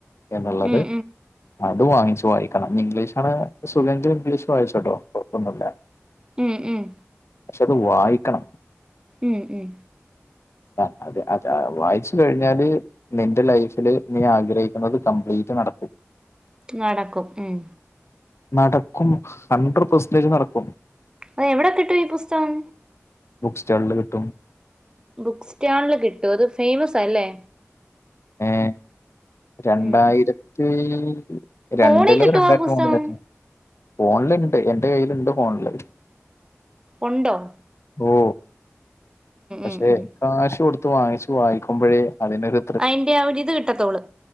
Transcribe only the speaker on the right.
ഉം
ഉമ് ഉമ്
ഉം ഉം
നടക്കും ഉം
അത് എവിടെ കിട്ടും ഈ പുസ്തകം
ബുക്ക് സ്റ്റാളില് കിട്ടു അത് ഫേമസ് ആല്ലേ
ഉം
ഫോണിൽ കിട്ടുവോ
ആ പുസ്തകം
ഒണ്ടോ
ഉം ഉം
അയിന്റെ ആ ഒരു ഇത് കിട്ടത്തോള്ളു